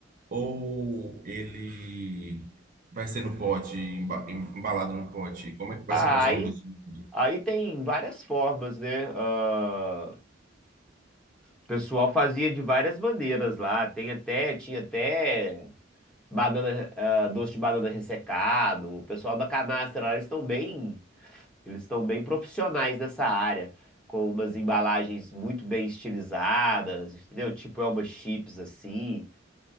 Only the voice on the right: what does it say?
Ou ele vai ser no pote, emba- embalado no pote? Como é que vai
ser consome
doce do leite?